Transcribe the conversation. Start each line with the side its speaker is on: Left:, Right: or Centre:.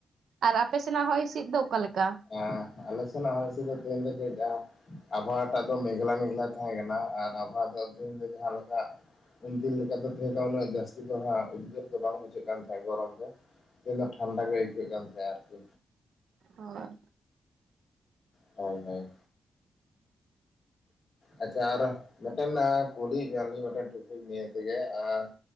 Right: ᱟᱨ ᱟᱯᱮ ᱥᱮᱱᱟᱜ ᱦᱚᱭ ᱦᱤᱥᱤᱫ ᱫᱚ ᱚᱠᱟᱞᱮᱠᱟ
Left: ᱟᱻ ᱟᱞᱮᱥᱮᱱᱟᱜ ᱦᱚᱭ ᱦᱤᱥᱤᱫ ᱫᱚ ᱛᱮᱦᱮᱧ ᱫᱚ ᱠᱟᱹᱡ ᱟᱻ ᱟᱵᱷᱚᱣᱟᱴᱟᱜ ᱫᱚ ᱢᱮᱜᱞᱟ ᱢᱮᱜᱞᱟ ᱛᱟᱦᱮᱸ ᱠᱟᱱᱟ ᱟᱨ ᱟᱵᱷᱚᱣᱟ ᱫᱚ ᱫᱤᱱ ᱫᱚ ᱡᱟᱦᱟ ᱞᱮᱠᱟ ᱩᱱ ᱫᱤᱱ ᱞᱮᱠᱟ ᱫᱚ ᱛᱮᱦᱮᱧ ᱫᱚ ᱩᱱᱟᱹᱜ ᱡᱟᱹᱥᱛᱤ ᱫᱚ ᱦᱟᱸᱜ ᱩᱫᱽᱜᱟᱹᱨ ᱫᱚ ᱵᱟᱝ ᱵᱩᱡᱷᱟᱹᱜ ᱠᱟᱱ ᱛᱟᱦᱮᱸᱜ ᱜᱚᱨᱚᱢ ᱫᱚ ᱛᱮᱦᱮᱱ ᱫᱚ ᱴᱷᱟᱱᱰᱟ ᱜᱮᱹ ᱟᱹᱭᱠᱟᱹᱜ ᱠᱟᱱᱛᱟᱦᱮᱹᱜ ᱟᱨᱠᱤ
Right: ᱦᱳᱭ
Left: ᱦᱚᱭ ᱦᱚᱭ ᱟᱪᱪᱷᱟ ᱟᱨ ᱢᱤᱫᱴᱮᱱ ᱮᱹ ᱠᱩᱞᱤ <unintelligible> ᱴᱚᱯᱤᱠ ᱱᱤᱭᱮ ᱛᱮᱜᱮ ᱟᱻ